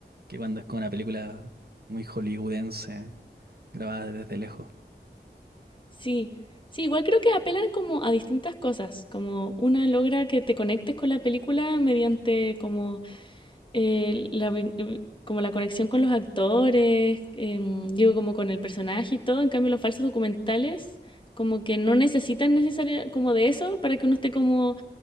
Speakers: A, on the right; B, on the left.
A: Que cuando es como una película muy hollywoodense, grabada desde lejos.
B: Sí, sí, igual creo que apelan como a distintas cosas, como una logra que te conectes con la película mediante como eh, la vin- eh, como la conexión con los actores, em, digo, como con el personaje y todo. En cambio, los falsos documentales, como que no necesitan necesariamente como de eso para que uno esté como